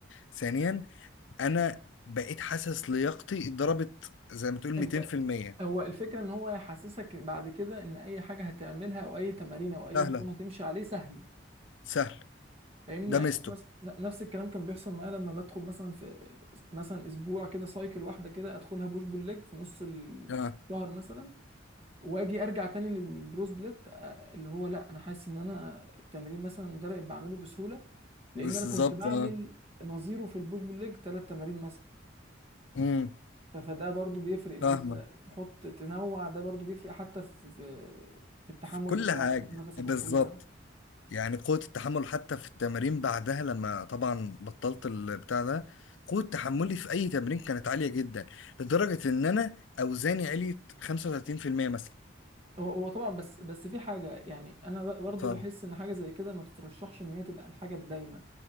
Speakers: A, on the left; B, on the right.
A: ثانيا انا بقيت حاسس لياقتي ضربت زي ما تقول
B: أنت
A: 200%
B: هو الفكرة إن هو يحسسك بعد كده إن أي حاجة هتعملها أو أي تمارين أو أي
A: سهله
B: نظام هتمشي عليه سهل
A: سهل
B: فاهمني
A: ده
B: يعني
A: مستو
B: أنا مثلا ن- نفس الكلام كان بيحصل معايا لما بدخل مثلا في مثلا اسبوع كده سايكل واحده كده ادخلها بوش بول ليج في نص الشهر
A: اه
B: مثلا واجي ارجع تاني للبرو سبليت آه، اللي هو لا انا حاسس ان انا التمرين مثلا ده بقيت بعمله بسهوله لان
A: بالظبط
B: انا كنت بعمل
A: اه
B: نظيره في البوش بول ليج ثلاث تمارين مثلا
A: امم
B: ف- فده برضو بيفرق ان
A: فاهمه
B: انت تحط تنوع ده برضو بيفرق حتى في في في التحمل
A: في كل
B: بتاعك
A: حاجه
B: وفي نفسك
A: بالظبط
B: وفي كل حاجه
A: يعني قوة التحمل حتى في التمارين بعدها لما طبعا بطلت البتاع ده قوة تحملي في أي تمرين كانت عالية جدا لدرجة إن أنا أوزاني عليت 35% مثلا
B: هو هو طبعا بس بس في حاجة يعني أنا ب- برضو
A: ف
B: بحس إن حاجة زي كده ما تترشحش إن هي تبقى الحاجة الدايمة